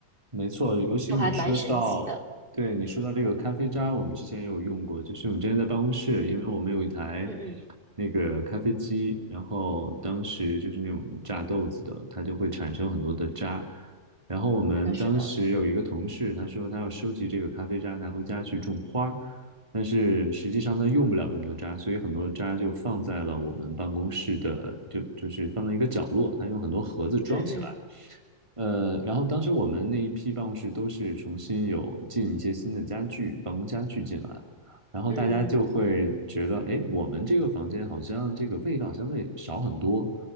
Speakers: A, on the right (about 25°); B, on the right (about 40°).
A: 没错，尤其你说到，
B: 就还蛮神奇的。
A: 对，你说到这个咖啡渣，我们之前也有用过，就是我们之前在办公室，
B: 嗯
A: 因为我们有一台
B: 嗯嗯，
A: 那个咖啡机，然后当时就是那种榨豆子的，它就会产生很多的渣。然后我们当时有一个同事，
B: 是的，是的。
A: 他说他要收集这个咖啡渣拿回家去种花儿，但是实际上他用不了那么多渣，所以很多渣就放在了我们办公室的，就就是放在一个角落，他用很多盒子装起来。
B: 嗯嗯
A: 呃，然后当时我们那一批办公室都是重新有进一些新的家具，办公家具进来，然后大家就会觉得，
B: 嗯嗯，
A: 哎，我们这个房间好像这个味道相对少很多。